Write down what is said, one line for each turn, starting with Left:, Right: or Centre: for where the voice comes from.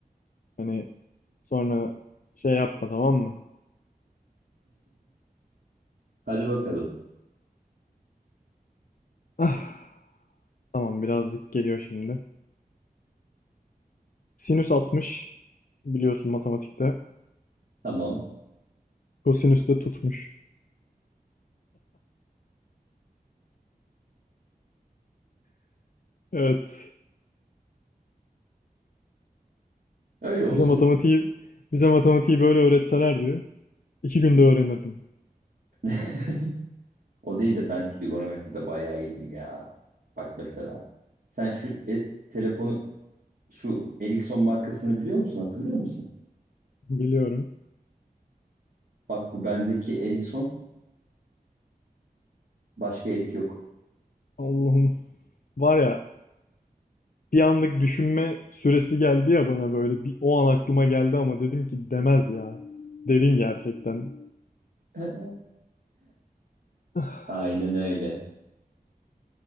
Left: Hani sonra şey yapma tamam mı?
Right: Hadi bakalım.
Left: Ah, tamam birazcık geliyor şimdi. Sinüs 60 biliyorsun matematikte.
Right: Tamam.
Left: Kosinüs de tutmuş. Evet.
Right: Öyle olsun.
Left: Bize matematiği bize matematiği böyle öğretselerdi iki günde öğrenirdim.
Right: <laughs> O değil de ben trigonometride bayağı iyiydim ya. Bak mesela. Sen şu e- telefonu şu Ericsson markasını biliyor musun? Hatırlıyor musun?
Left: Biliyorum.
Right: Bak bu bendeki Ericsson başka Erik yok.
Left: Allah'ım. Var ya bir anlık düşünme süresi geldi ya bana böyle bir o an aklıma geldi ama dedim ki demez ya. Dedin gerçekten.
Right: <laughs>
Left: <sighs>
Right: Aynen öyle.